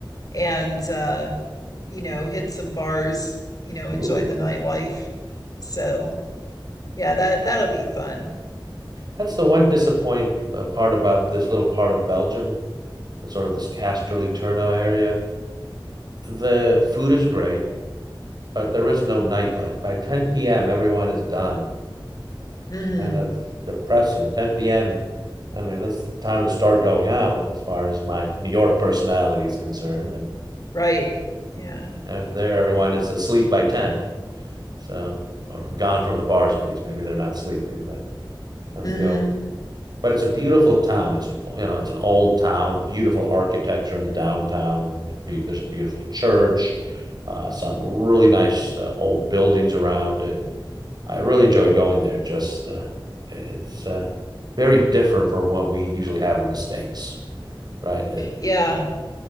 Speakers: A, on the left (about 45°); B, on the right (about 50°).
A: and uh you know, hit some bars, you know,
B: Ooh.
A: enjoy the nightlife. So yeah, that that'll be fun.
B: That's the one disappointing uh, part about this little part of Belgium, it's sort of this Casterly Turno area. The food is great, but there is no nightlife. By 10 p.m., everyone is done.
A: hmm
B: kind of depressing. 10 p.m. I mean, that's time to start going out as far as my New York personality is concerned. And
A: Right. Yeah.
B: you know, there, everyone is asleep by 10. So, or gone from the bars at least. Maybe they're not sleeping, but that's
A: hmm
B: the only. But it's a beautiful town. It's an you know it's an old town, beautiful architecture in the downtown. There's a beautiful church, uh, some really nice uh, old buildings around it I really enjoy going there. Just uh, it's uh, very different from what we usually have in the states, right? It,
A: Yeah.